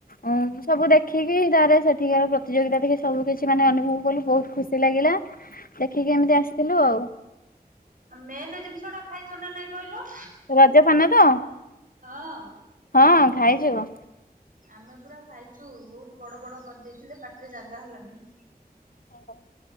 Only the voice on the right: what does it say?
ଆ ମେନେ ଜିନିଷଟା ଖାଇଛ ନା ନାଇଁ କହିଲ?
ହଁ।
ଆମେ ପୁରା ଖାଇଛୁ ବହୁତ ବଡ ବଡ କରିଦେଇଥିଲେ ପାଟିରେ ଜାଗା ହେଲାନି।